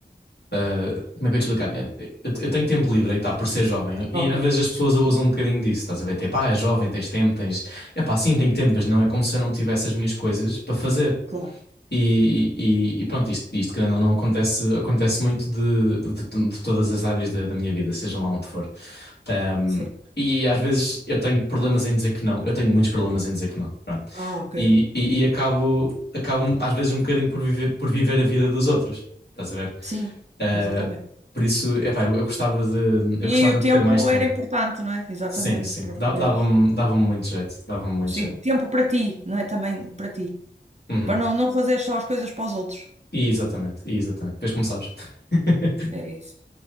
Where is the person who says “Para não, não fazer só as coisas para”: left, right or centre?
Right